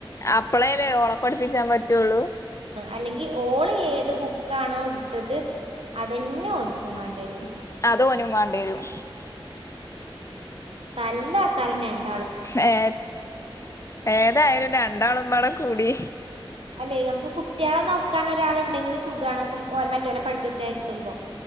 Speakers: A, on the left; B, on the right.
A: അപ്പളേല്ലേ ഓളെപ്പഠിപ്പിച്ചാൻ പറ്റ് പറ്റുള്ളൂ
B: അല്ലെങ്കിൽ ഓള് ഏത് ബുക്കാണോ എടുത്തത് അതെന്നെ ഓൻക്കും വേണ്ടി വരും
A: അതോ ഒന്ന് വേണം പരും <unintelligible>
B: തല്ല ആക്കാരൊക്കെണ്ട്
A: ഏ ഏതായാലും രണ്ടാളുംപടെ കൂടി
B: അല്ലെ നമുക്ക് കുട്ടികളെ നോക്കാൻ ഒരാളുണ്ടെങ്കിലും സുഖണ് നമുക്ക് മറ്റവരെ പഠിപ്പിച്ച ഇരുത്തുമ്പോ